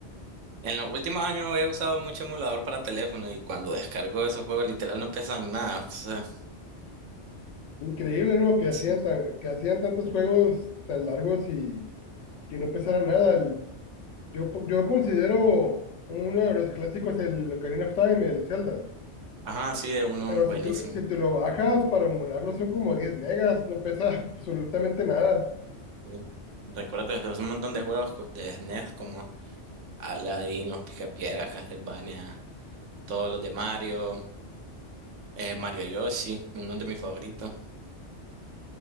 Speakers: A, on the right (about 85°); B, on the left (about 80°).
A: en los últimos años he usado mucho emulador para teléfono y cuando descargo esos juegos literal no pesan nada. o sea,
B: Increíble, ¿no? Que
A: sí.
B: hacían tan, que hacían tantos juegos tan largos y que no pesara nada. El, Yo, po- yo considero uno de los clásicos el Ocarina of Time, el Zelda,
A: Ajá, sí, es uno
B: pero
A: buenísimo.
B: si te, lo- si te lo bajas para emularlo son como 10 megas, no pesa <laughs> absolutamente nada.
A: Sí. Recuerdo desde un montón de juegos co- de SNES como Aladdin, Los Picapiedra, Castlevania, todos los de Mario, eh, Mario Yoshi, uno de mis favoritos.